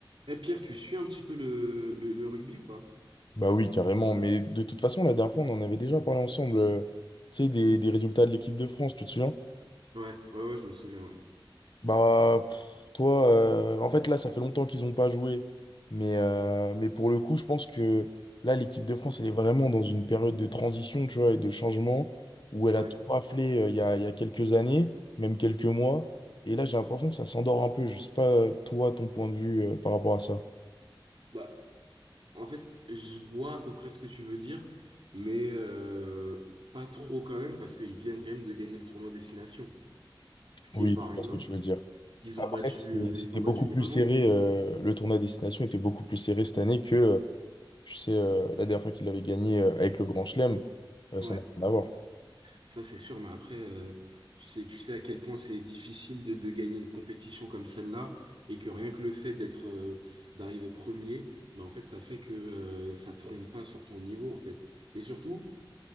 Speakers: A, on the right; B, on the left.
A: Eh Pierre, tu suis un petit peu le, le, le rugby ou pas?
B: Bah oui, carrément. Mais de toute façon, la dernière fois, on en avait déjà parlé ensemble. euh, tu sais, des, des résultats de l'équipe de France, tu te souviens?
A: Ouais, ouais, ouais, je me souviens, ouais.
B: Bah, pff, toi, euh, en fait, là, ça fait longtemps qu'ils n'ont pas joué. Mais, euh, mais pour le coup, je pense que là, l'équipe de France, elle est vraiment dans une période de transition, tu vois, et de changement, où elle
A: Ouais.
B: a tout raflé euh, il y a, il y a quelques années, même quelques mois. Et là, j'ai l'impression que ça s'endort un peu. Je sais pas, euh, toi, ton point de vue euh, par rapport à ça.
A: Bah, en fait, je vois à peu près ce que tu veux dire, mais euh, pas trop quand même, parce qu'ils viennent quand même de gagner le tournoi Destination. Ce qui
B: Oui,
A: est pas rien.
B: je vois ce que tu veux dire.
A: Ils
B: Après,
A: ont battu,
B: c'est-
A: euh,
B: c'était
A: ils ont
B: beaucoup
A: battu l'Irlande.
B: plus serré. euh, le tournoi à destination était beaucoup plus serré cette année que, euh, tu sais, euh, la dernière fois qu'il avait gagné euh, avec le Grand Chelem, euh,
A: Ouais.
B: ça n'a rien à voir.
A: Ça, c'est sûr, mais après, euh, tu sais, tu sais à quel point c'est difficile de, de gagner une compétition comme celle-là, et que rien que le fait d'être, euh, d'arriver premier, bah, en fait, ça fait que, euh, ça te trompe pas sur ton niveau, en fait. Mais surtout,